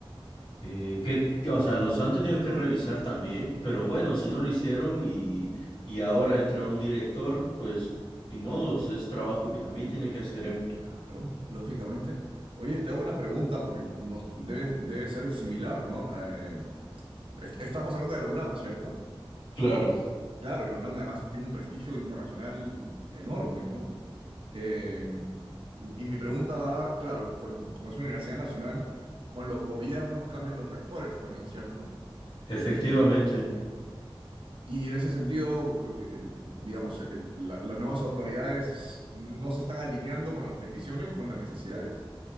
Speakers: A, on the left; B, on the right.
A: eh, que, que, o sea, los han tenido que revisar también, pero bueno, si no lo hicieron y, y ahora entra un director, pues ni modos, es trabajo que también tiene que hacer. ¿eh?
B: Claro, lógicamente. Oye, te hago una pregunta porque nos debe, debe ser similar, ¿no? Eh, est- estamos hablando de la UNAM, ¿cierto?
A: Claro,
B: Claro que la UNAM además tiene un prestigio internacional enorme, ¿no? Eh, y mi pregunta va, claro, con, como es una universidad nacional, con los gobiernos cambian los rectores también, ¿cierto?
A: efectivamente.
B: Y en ese sentido, digamos, el- la- las nuevas autoridades no se están alineando con las peticiones, con las necesidades.